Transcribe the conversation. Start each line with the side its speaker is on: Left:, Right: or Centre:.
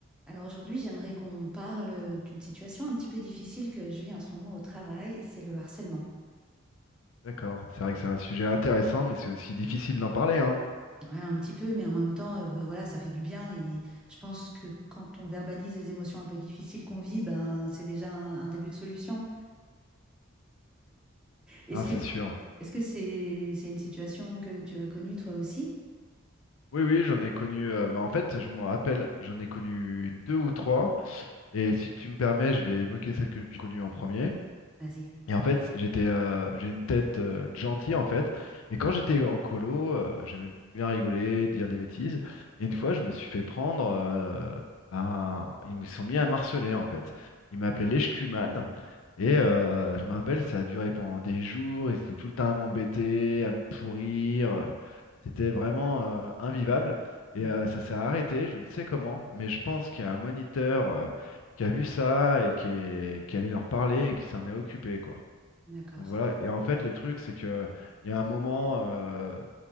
Centre: Alors aujourd'hui, j'aimerais qu'on parle euh, d'une situation un petit peu difficile que je vis en ce moment au travail, c'est le harcèlement.
Left: D'accord, c'est vrai que c'est un sujet intéressant, mais c'est aussi difficile d'en parler, hein.
Centre: Ouais, un petit peu, mais en même temps, euh, bah voilà, ça fait du bien. Et je pense que quand on verbalise les émotions un peu difficiles qu'on vit, ben c'est déjà un, un début de solution. Est-ce
Left: Hein,
Centre: que
Left: c'est sûr.
Centre: est-ce que c'est c'est une situation que tu as connue toi aussi?
Left: Oui, oui, j'en ai connu. euh, bah, en fait, je me rappelle, j'en ai connu deux ou trois. Et si tu me permets, je vais évoquer celle que j'ai connue en premier.
Centre: Vas-y.
Left: Et en fait, j'étais, euh, j'ai une tête euh, de gentil en fait. Et quand j'étais en colo, euh, j'aimais bien rigoler, dire des bêtises. Et une fois, je me suis fait prendre. euh, ben, ils me sont mis à marceler en fait. Ils m'appelaient l'Eshkuman. Et euh, je me rappelle, ça a duré pendant des jours. Ils étaient tout le temps à m'embêter, à me pourrir. C'était vraiment euh, invivable. Et
Centre: Hmm,
Left: euh, ça s'est arrêté, je ne sais comment, mais je pense qu'il y a un moniteur euh, qui a vu ça et qui est, qui est allé leur parler et qui s'en est occupé, quoi.
Centre: d'accord.
Left: Donc voilà, et en fait le truc c'est que il y a un moment, euh,